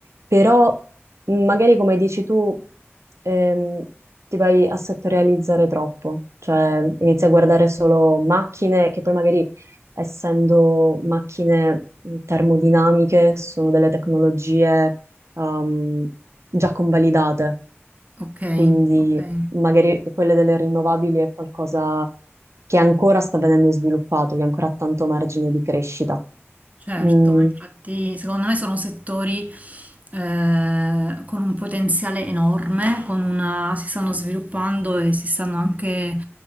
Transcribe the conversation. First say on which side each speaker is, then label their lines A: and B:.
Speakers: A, on the right (about 80°); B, on the right (about 30°).
A: però mh, magari come dici tu, ehm, ti vai a settorializzare troppo, cioè inizi a guardare solo macchine che poi magari essendo macchine termodinamiche sono delle tecnologie ehm, già convalidate,
B: Okay,
A: quindi
B: okay.
A: magari quelle delle rinnovabili è qualcosa che ancora sta venendo sviluppato, che ancora ha tanto margine di crescita.
B: Certo,
A: Mm,
B: ma infatti secondo me sono settori eh, con un potenziale enorme, con una- si stanno sviluppando e si stanno anche,